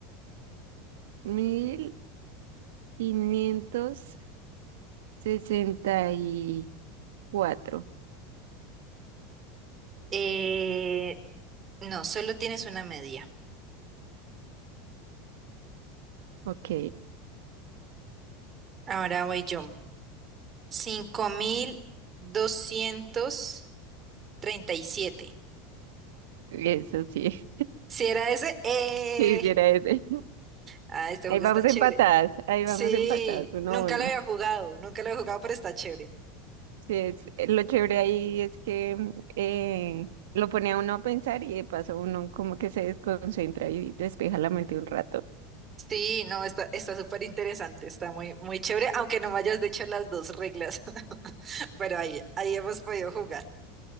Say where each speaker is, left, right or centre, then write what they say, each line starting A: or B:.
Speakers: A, on the right; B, on the right.
A: mil quinientos sesenta y cuatro.
B: Eh, no, solo tienes una media.
A: Ok,
B: Ahora voy yo. cinco mil doscientos treinta y siete
A: eso sí,
B: Si era ese? ¡Eh!
A: <laughs> quisiera ese.
B: Ah, este
A: Ahí
B: juego
A: vamos
B: está chévere.
A: empatadas, ahí
B: Sí,
A: vamos empatadas, uno
B: nunca
A: a uno.
B: lo había jugado, nunca lo he jugado, pero está chévere.
A: Sí, es, eh, lo chévere ahí es que mm, eh, lo pone a uno a pensar y de paso uno como que se desconcentra y despeja la mente un rato.
B: Sí, no, está, está súper interesante, está muy, muy chévere, aunque no me hayas dicho las dos reglas, <laughs> pero ahí, ahí hemos podido jugar.